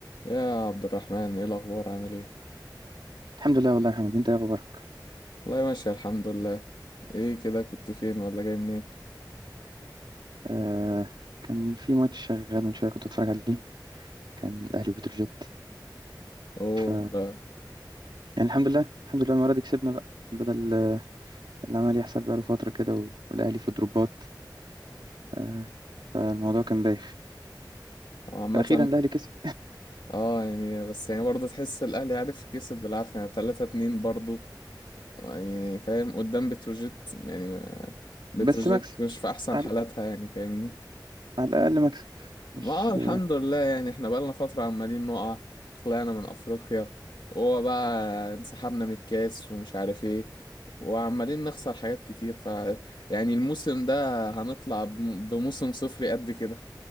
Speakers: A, on the left; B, on the right.
A: يا عبد الرحمن ايه الاخبار عامل ايه
B: الحمد لله والله يا محمد انت ايه اخبارك
A: والله ماشي الحمد لله ايه كده كنت فين ولا جاي منين
B: آه كان في ماتش شغال من شويه كنت اتفرج عليه كان الاهلي وبتروجيت
A: اوه
B: ف
A: ده
B: يعني الحمد لله الحمد لله المره دي كسبنا بقى بدل آه، العمل يحصل بقاله فتره كده و- والاهلي في دروبات آه فالموضوع كان بايخ
A: عامة
B: فاخيرا الاهلي كسب
A: اه يعني بس يعني برضه تحس الاهلي عارف كسب بالعافية يعني 3 2 برضه يعني فاهم قدام بتروجيت يعني بتروجيت
B: بس مكسب
A: مش في احسن
B: على,
A: حالاتها يعني فاهمني
B: على الاقل مكسب مش
A: ما آه الحمد لله يعني احنا بقالنا فترة عمالين نقع طلعنا من أفريقيا وهو بقى انسحبنا من الكاس ومش عارف ايه وعمالين نخسر حاجات كتير ف يعني الموسم ده هنطلع بم- بموسم صفري قد كده